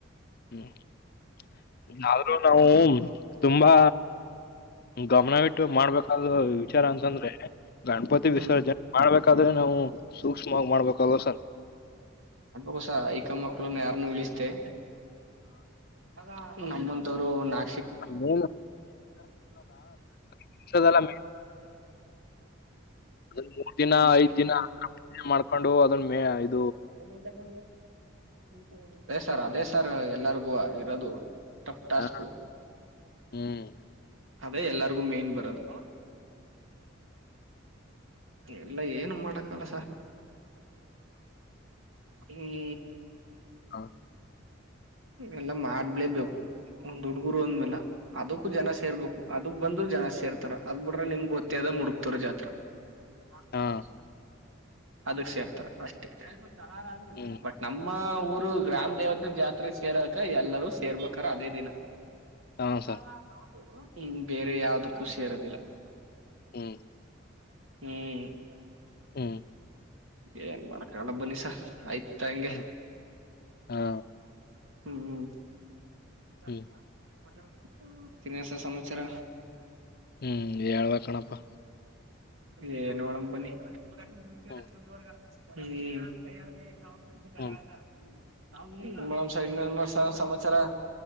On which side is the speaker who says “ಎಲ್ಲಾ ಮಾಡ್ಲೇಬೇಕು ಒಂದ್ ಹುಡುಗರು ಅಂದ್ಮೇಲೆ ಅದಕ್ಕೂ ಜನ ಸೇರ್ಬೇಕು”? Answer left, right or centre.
Right